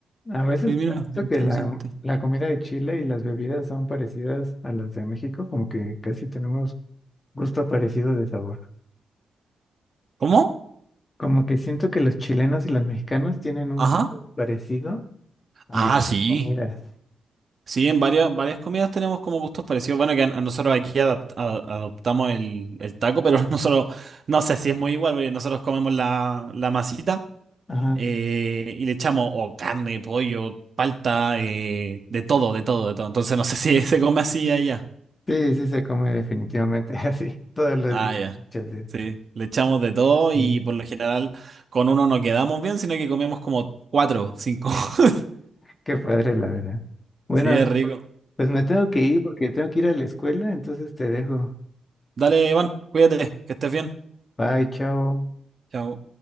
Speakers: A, on the left; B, on the right.
A: A veces
B: Y Mira,
A: pienso
B: interesante.
A: que la, la comida de Chile y las bebidas son parecidas a las de México, como que casi tenemos gusto parecido de sabor.
B: ¿Cómo?
A: Como que siento que los chilenos y los mexicanos tienen un
B: Ajá.
A: gusto parecido a
B: Ah,
A: la
B: sí.
A: comida.
B: Sí, en varias, varias comidas tenemos como gustos parecidos. Bueno, que a, a nosotros aquí adapt- a- adoptamos el, el taco, pero <laughs> nosotros, no sé si es muy igual, porque nosotros comemos la, la masita
A: Ajá.
B: eh, y le echamos o carne, pollo, palta, eh, de todo, de todo, de todo. Entonces no sé si <laughs> se come así allá.
A: Sí, sí se come definitivamente <laughs> así, todos los
B: Ah,
A: días,
B: ya.
A: muchas veces.
B: Sí, le echamos de todo y
A: Mm,
B: por lo general con uno no quedamos bien, sino que comemos como cuatro, cinco. <laughs>
A: Qué padre, la verdad. Bueno,
B: Sí, es rico.
A: pues me tengo que ir porque tengo que ir a la escuela, entonces te dejo.
B: Dale, Iván, cuídate, que estés bien.
A: Bye, chao.
B: Chao.